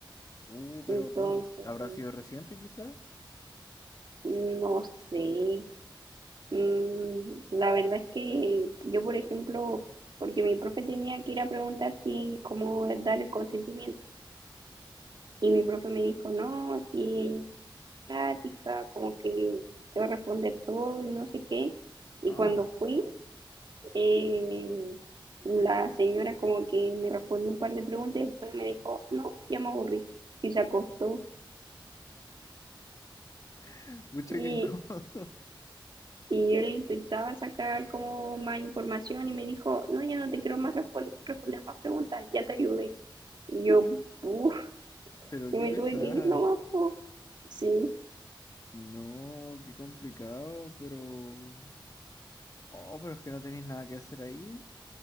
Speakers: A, on the left; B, on the right.
A: uh, pero
B: Entonces,
A: bueno, ¿habrá sido reciente quizás?
B: no sé. Mm, la verdad es que yo, por ejemplo, porque mi profe tenía que ir a preguntar si, cómo dar el consentimiento. Y mi profe me dijo, no, si ella es práctica, como que te va a responder todo y no sé qué. Y
A: Ah,
B: cuando fui, eh, la señora como que me respondió un par de preguntas y después me dijo, no, ya me aburrí. Y se acostó.
A: <laughs> mucha
B: Y,
A: que incómodo.
B: y yo le intentaba sacar como más información y me dijo, no, ya no te quiero más respon- responder más preguntas, ya te ayudé. Y yo, uff,
A: <laughs> Pero
B: y
A: qué
B: me
A: pesada.
B: tuve que ir nomás, po. Sí,
A: No, qué complicado, pero... Oh, pero es que no tenéis nada que hacer ahí.